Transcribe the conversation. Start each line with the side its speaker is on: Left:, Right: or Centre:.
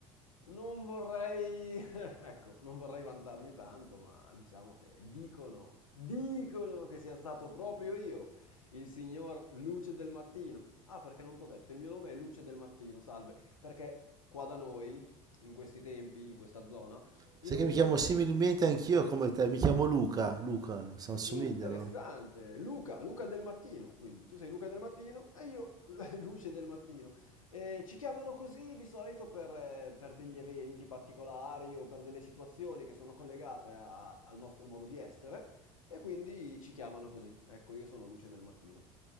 Left: Non vorrei, <laughs> ecco, non vorrei vantarmi tanto, ma diciamo che dicono, dicono che sia stato proprio io, il signor Luce del Mattino. Ah, perché non t'ho detto, il mio nome è Luce del Mattino, salve, perché qua da noi, in questi tempi, in questa zona, i
Right: Sai
Left: nomi...
Right: che mi chiamo
Left: ve-
Right: similmente anch'io come te, mi chiamo Luca, Luca, si assomigliano.
Left: Interessante, Luca, Luca del mattino, quindi tu sei Luca del mattino e io <laughs> Luce del mattino. Eh, ci chiamano così di solito per, eh, per degli eventi particolari o per delle situazioni che sono collegate a- al nostro modo di essere e quindi ci chiamano così. Ecco, io sono Luce del mattino.